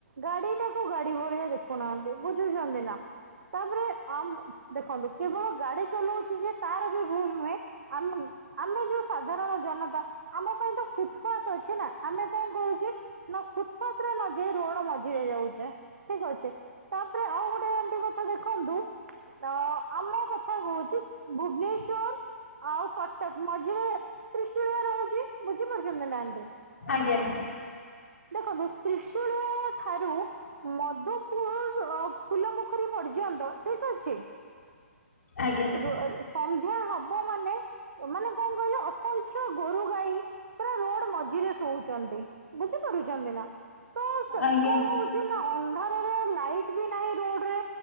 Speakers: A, on the right; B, on the left.
A: ଗାଡି ଟା କୁ ଗାଡି ଭଳିଆ ଦେଖୁନାହାନ୍ତି ବୁଝୁଚନ୍ତି ନା। ତାପରେ ଆମ ଦେଖନ୍ତୁ କେବଳ ଗାଡି ଚଲାଉଚି ଯିଏ ତାର ବି ଭୁଲ ନୁହେଁ ଅମ ଆମେ ଯୋଉ ସାଧାରଣ ଜନତା ଆମ ପାଇଁ ତ ଫୁତୁପାଥ ଅଛି ନା ଆମେ କଣ କରୁଛେ ନା ଫୁତୁପାଥରେ ନ ଯାଇ ରୋଡ ମଝିରେ ଯାଉଚେ ଠିକ ଅଛି ତାପରେ ଆଉ ଗୋଟେ ଏ କଥା ଦେଖନ୍ତୁ ଅ ଆମ କଥା କହୁଛି ଭୁବନେଶ ଶ୍ୱର ଆଉ କଟକ ମଝିରେ ତ୍ରିସୁଳିଆ ରହୁଚି ବୁଝି ପାରୁଚନ୍ତି ନା ଆଣ୍ଟି?
B: ଆଜ୍ଞା।
A: ଦେଖନ୍ତୁ ତ୍ରିଶୁଳିଆ ଠାରୁ ମଧୁପୁର ଫୁଲ ପୋଖରୀ ପର୍ଯ୍ୟନ୍ତ ଠିକ ଅଛି।
B: ଆଜ୍ଞା ଆଜ୍ଞା
A: ର ଅ ସନ୍ଧ୍ ହବ ମାନେ ମାନେ କଣ କହିଲେ ଅସଂଖ୍ୟ ଗୋରୁ ଗାଈ ପୁରା ରୋଡ ମଝିରେ ଶୋଉଛନ୍ତି ବୁଝି ପାରୁଛନ୍ତି ନା। ତ ସେ
B: ଆଜ୍ଞା।
A: କଣ ହଉଛି ନା ଅ ଅନ୍ଧାର ର ଲାଇଟ ବି ନାହିଁ ରୋଡରେ